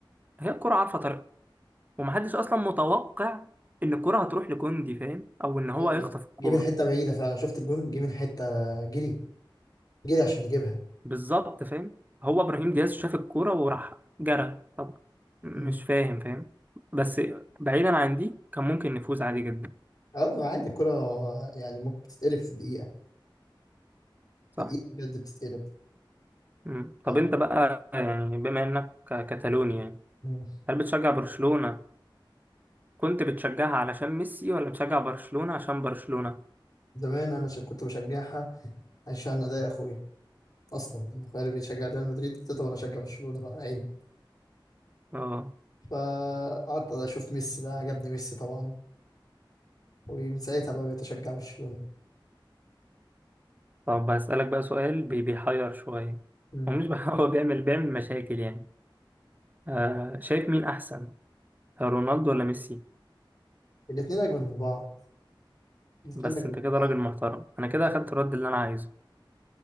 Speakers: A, on the right; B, on the left.
A: هي الكرة عارفة ومحدش اصلا متوقع ان الكرة هتروح لكوندي فاهم او ان هو
B: ايوه
A: هيخطف الكورة
B: جه من حته بعيده فعلا شفت الجون جه من حته جري جري عشان يجيبها
A: بالظبط فاهم هو ابراهيم دياز شاف الكورة وراح جرى طب مش
B: مم.
A: فاهم فاهم بس بعيدا عن دي كان ممكن نفوز عادي جدا
B: اه عادي الكرة يعني ممكن تتقلب في دقيقة
A: صح
B: في دقيقة بجد بتتقلب
A: مم. طب
B: آه.
A: انت بقى يعني بما انك كتالوني يعني
B: مم.
A: هل بتشجع برشلونة كنت بتشجعها علشان ميسي ولا بتشجع برشلونة عشان برشلونة
B: زمان انا ش- كنت بشجعها عشان اضايق اخويا اصلا اخويا اللي بيشجع ريال مدريد قلت له طب انا اشجع برشلونه بقى عيب
A: اه
B: فقعدت اشوف ميسي بقى عجبني ميسي طبعا ومن ساعتها بقى بقيت اشجع برشلونه
A: طب هسألك بقى سؤال بي- بيحير شوية
B: مم.
A: هو مش بح- <laughs> هو بيعمل بيعمل مشاكل يعني آه شايف مين احسن رونالدو ولا ميسي
B: الاتنين اجمل من بعض الاتنين
A: بس
B: اجمل من
A: انت كده
B: بعض
A: راجل محترم انا
B: الاتنين
A: كده اخدت
B: جامدين.
A: الرد اللي انا عايزه